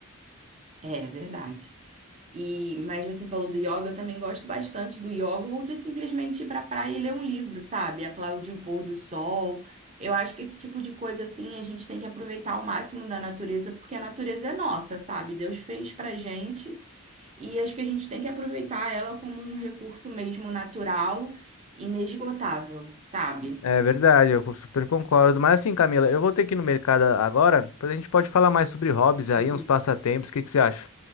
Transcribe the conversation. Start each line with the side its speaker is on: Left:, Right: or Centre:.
Right: é verdade. E, mas você falou do yoga, eu também gosto bastante do yoga, ou de simplesmente ir pra praia e ler um livro, sabe? Aplaudir o pôr do sol. Eu acho que esse tipo de coisa assim, a gente tem que aproveitar ao máximo da natureza, porque a natureza é nossa, sabe? Deus fez pra gente e acho que a gente tem que aproveitar ela como um recurso mesmo natural, inesgotável, sabe?
Left: É, é verdade, eu super concordo. Mas assim, Camila, eu vou ter que ir no mercado agora. Depois a gente pode falar mais sobre hobbies aí,
Right: Uhum.
Left: uns passatempos. O que que você acha?